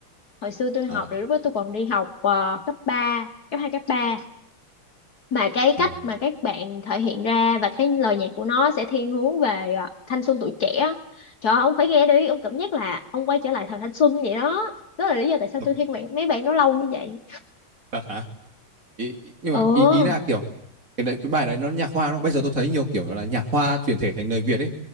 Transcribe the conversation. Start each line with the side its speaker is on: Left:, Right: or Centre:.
Left: hồi xưa tôi
Right: à,
Left: học là lúc đó tôi còn đi học ờ, cấp 3, cấp 2, cấp ba mà cái
Right: ừ.
Left: cách mà các bạn thể hiện ra và cái lời nhạc của nó sẽ thiên hướng về à, thanh xuân tuổi trẻ á. trời ơi, ông phải nghe đi ông cảm giác là ông quay trở lại thời thanh xuân vậy đó đó là lý do tại sao
Right: thật,
Left: tôi thích bạn mấy bạn nó lâu như vậy
Right: thật hả ý, ý, nhưng
Left: ừ
Right: mà ý ý là kiểu cái đấy, cái bài đấy nó nhạc hoa nó bây giờ tôi thấy nhiều kiểu là nhạc hoa chuyển thể thành lời Việt ấy